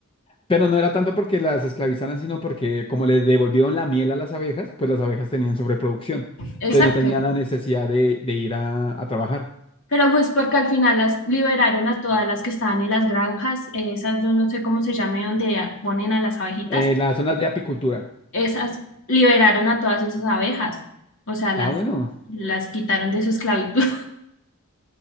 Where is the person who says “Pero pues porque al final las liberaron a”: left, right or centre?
Left